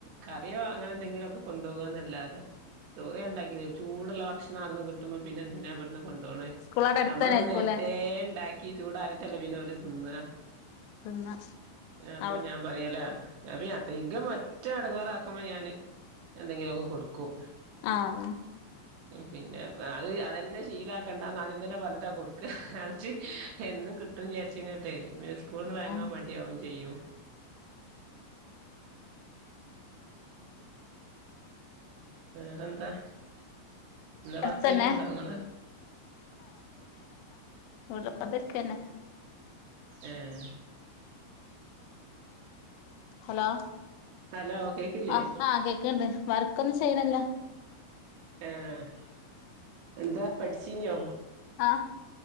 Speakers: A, on the right; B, on the left.
A: കറിയോ അങ്ങനെ എന്തെങ്കിലൊക്കെ കൊണ്ടോവന്നല്ലാതെ ചോറ് ഞാനി ണ്ടാക്കി തരു ചൂടുള്ള ഭക്ഷണം അവ്ട്ന്ന് കിട്ട്മ്പോ പിന്നെന്തിനാ ഇവ കൊണ്ടോണെ
B: സ്കൂളവിടെ അടുത്തന്നെ
A: നമ്മള് ത്
B: ആയിരിക്കൂല്ലേ
A: നേരത്തേ ഇണ്ടാക്കി ചൂടാറിട്ടല്ലേ പിന്നെ ഓല് തിന്ന
B: തിന്ന
A: അപ്പൊ
B: അവിടെ
A: ഞാൻ പറ്യെല അപ്പൊ അധികം മറ്റെ എടങ്ങേറാക്കുമ്പോ ഞാന് എന്തെങ്കിലൊക്കെ കൊട്ക്കും
B: ആഹ്
A: പിന്നെ അത് അതെന്നെ ഷ് ശീലാക്കണ്ടാന്ന് ആദ്യം തന്നെ പർഞ്ഞിട്ടാ കൊട്ക്ക അത് ച്ച് എന്നും കിട്ടും വിചാര്ച്ച് ങ്ങ് ട്ടെ പിന്നെ സ് സ്കൂൾന്ന് വാങ്ങാൻ
B: ആഹ്
A: മട്യാവും ചെയ്യും. വേറെന്താ? എന്താ
B: അടുത്തന്നെ
A: വർക്കെയ്യ്ണ്ടോ ഇങ്ങള്
B: വീട്ടില് വെർതെര്ക്കെന്നെ.
A: ഏഹ്
B: ഹലോ
A: ഹലോ കേക്കില്ലേ
B: ആഹ് ആഹ് കേക്ക്ണ്ട് വർക്കൊന്നും ചെയ്യ്ണില്ല.
A: ആഹ് എന്താ പഠ്ച്ചീന്യോ?
B: ആഹ്